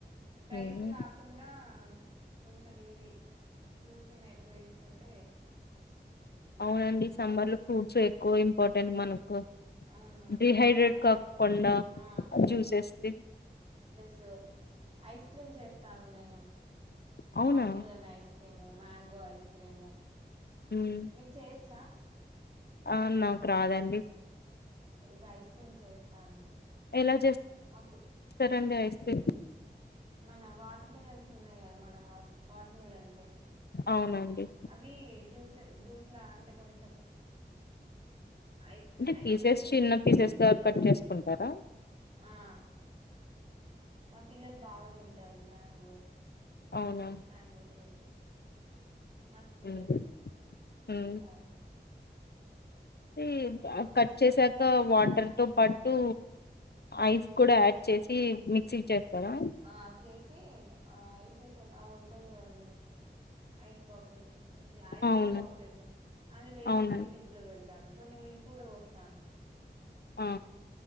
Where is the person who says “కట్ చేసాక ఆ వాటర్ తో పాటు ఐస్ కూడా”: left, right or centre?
Left